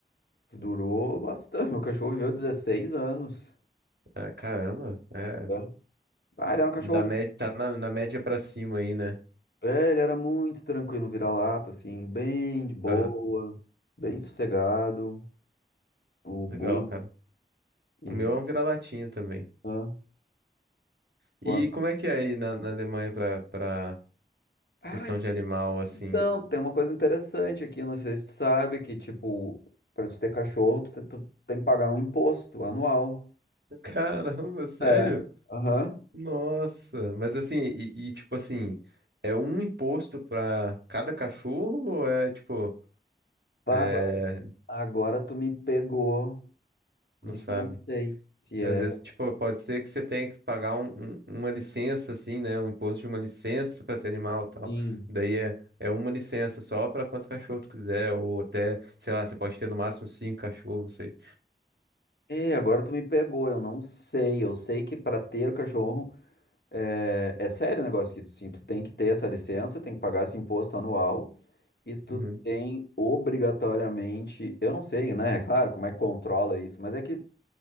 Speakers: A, on the left; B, on the right.
A: durou bastante. Meu cachorro viveu 16 anos.
B: Ah, caramba, é,
A: é? Ah, ele era um cachorro.
B: da média, tá na, na média pra cima aí, né?
A: É, ele era muito tranquilo, um vira-lata, assim, bem de boa,
B: Aham,
A: bem sossegado. O Bu
B: Legal, cara. O
A: e.
B: meu é um vira-latinha também.
A: Ah, quando...
B: E como é que é aí na, na Alemanha pra, pra
A: ah,
B: questão de animal, assim?
A: Então, tem uma coisa interessante aqui, não sei se tu sabe, que tipo, pra te ter cachorro, tu, te- tu tem que pagar um imposto anual.
B: Caramba, sério?
A: É. Aham.
B: Nossa, mas assim, e, e, tipo assim, é um imposto pra cada cachorro ou é tipo,
A: Bah,
B: é,
A: Agora, agora tu me pegou.
B: não
A: Isso
B: sabe?
A: eu não sei se é.
B: Às vezes, tipo, pode ser que você tenha que pagar um- um- uma licença, assim, né? Um imposto de uma licença pra ter animal e tal.
A: Sim.
B: Daí é, é uma licença só pra quantos cachorros tu quiser, ou até, sei lá, você pode ter no máximo cinco cachorros, não sei.
A: É, agora tu me pegou, eu não sei. Eu sei que para ter o cachorro é, é sério o negócio que tu, sim, tu tem que ter essa licença, tem que pagar esse imposto anual e tu
B: Uhum.
A: tem obrigatoriamente, eu não sei, né? É claro, como é que controla isso, mas é que